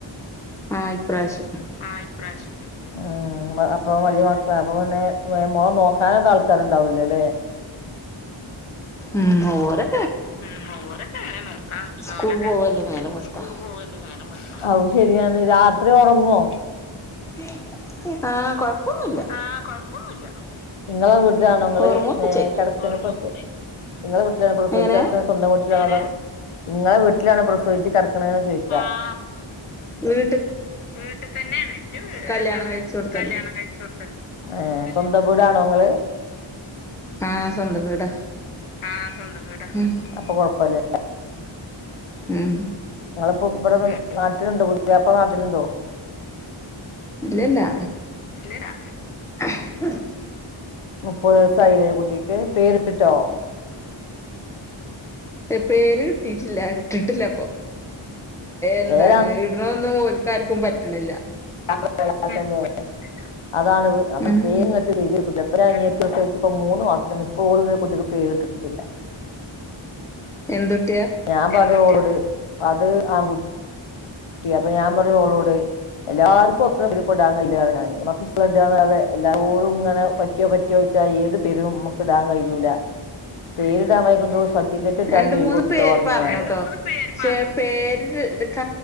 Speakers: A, in the centre; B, on the left.
A: ആഹ് ഇപ്രാവശ്യം
B: ആ ഈ പ്രാവശ്യത്തെ ഉം അപ്പൊ വലിയ മ അപ്പൊ പിന്നെ മോളെ നോക്കാനൊക്കെ ആൾക്കാര്ണ്ടാവൂല്ലേ
A: ഉം ഓര്
B: ഉം രൊക്കെ എങ്ങനെ നോക്കാൻ കിട്ടുന്നത്
A: സ്കൂൾ
B: ഓരൊക്കെ
A: പോവല്ലേ നേരം വെളുത്താ
B: സ്കൂൾ പോവല്ല നേരം അത് ശരിയാണ് രാത്രി ഉറങ്ങോ
A: <inaudible> ആഹ് കൊഴപ്പൊന്നുല്ല
B: ആ കുഴപ്പെന്നുല്ല നിങ്ങളെ വീട്ടിലാണോ നിങ്ങള്
A: ഉറങ്ങൊക്കെ ചെയ്യും
B: കി <unintelligible> നിങ്ങളെ വീട്ടിലാ പ്രസിച്ചാ
A: എങ്ങനെ
B: കിടക്കുന്നത് സ്വന്തം വീട്ടിലാണോ നിങ്ങളെ വിട്ടിൽ വിട്ടിലാണോ പ്രസവിച്ച് കിടക്കുണേ ചോദിച്ച ആ
A: ഉം
B: വീട്ടിൽ തന്നെയാണ് എന്റെ
A: കല്യാണം
B: ഏതാണ്
A: കഴിച്ചോടുത്താണ്
B: കല്യാണം കഴിച്ച കൊടുത്ത ആ സ്വന്തം വീടാണോങ്ങള്
A: ആ സ്വന്തം വീടാ
B: ആ സ്വന്തം വീടാ
A: ഉം
B: അപ്പൊ കൊഴപ്പല്ലല്ലേ
A: ഉം
B: പ്പോ ഇവിടെ നാട്ടിലുണ്ടോ പുതിയാപ്പള നാട്ടിലുണ്ടോ
A: ഇല്ലല്ല
B: ഇല്ലടാ
A: <inaudible>
B: മുപ്പത് ദിവസ ആയില്ലേ കുട്ടിക്ക് പേര്ട്ടോ
A: പേര് കിട്ടിട്ടില്ല ഇട്ടിട്ടില്ല എന്താണ്
B: പേരാണ്
A: ഇടണന്നും ഓൽ ഇവർക്കാർക്കും പറ്റണില്ല
B: <unintelligible> അതാണ്
A: ഉം
B: പേര് ഇങ്ങ ട്ട് ട <unintelligible> ഒരു അനിയത്തി പ്രസവിച്ച് ഇപ്പം മൂന്ന് മാസ ഇപ്പോ ഓൾ കുട്ടിക്ക് പേരിട്ടിട്ടില്ല
A: എന്ത്കു
B: ഞാൻ പറഞ്ഞ് ഓളോട് അത് ആൺ കുട്ടിയാ അപ്പൊ ഞാൻ പറഞ്ഞ് ഓളോട് എല്ലാർക്കും ഒക്കണ പേര് ഇപ്പം ഇടാൻ കഴിയില്ല ഞമ്മക്കിഷ്ടമുള്ളത് ഇടാ അല്ലാതെ എല്ലാരോടും ഇങ്ങനെ <unintelligible> പറ്റിയോ പറ്റിയോ വെച്ച ഏത് പേരും നമുക്ക് ഇടാൻ കഴിയുല പേരിടാൻ വൈകന്തോ സർട്ടിക്കറ്റ് കിട്ടാൻ
A: രണ്ട്
B: വൈകുട്ടോന്ന്
A: മൂന്ന് പേര്
B: പറഞ്ഞു
A: പറഞ്ഞുട്ടോ
B: ഞാനാ രണ്ട് മൂന്ന്
A: പക്ഷെ
B: പേര് പറ
A: പേര് ക